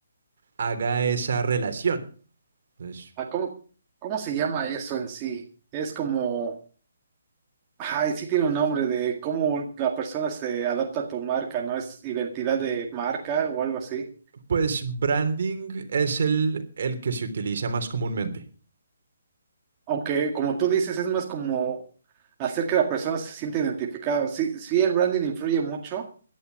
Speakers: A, on the right; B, on the right.
A: haga esa relación. Entonces,
B: Ah, ¿Cómo, cómo se llama eso en sí? Es como, ay, sí tiene un nombre de cómo la persona se adapta a tu marca, ¿no? Es identidad de marca o algo así.
A: pues branding es el, el que se utiliza más comúnmente.
B: Aunque, como tú dices, es más como hacer que la persona se sienta identificada. Sí, sí, el branding influye mucho,